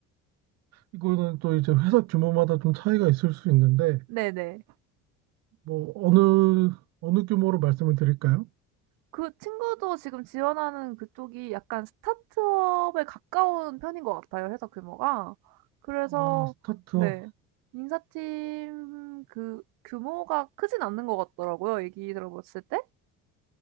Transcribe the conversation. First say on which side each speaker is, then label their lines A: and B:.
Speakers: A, on the right; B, on the right.
A: 이거는 또 이제 회사 규모마다 좀 차이가 있을 수 있는데
B: 네네.
A: 뭐 어느 어느 규모로 말씀을 드릴까요?
B: 그 친구도 지금 지원하는 그쪽이 약간 스타트업에 가까운 편인 것 같아요, 회사 규모가. 그래서
A: 아, 스타트업.
B: 네. 인사팀 그 규모가 크진 않는 것 같더라고요, 얘기 들어봤을 때.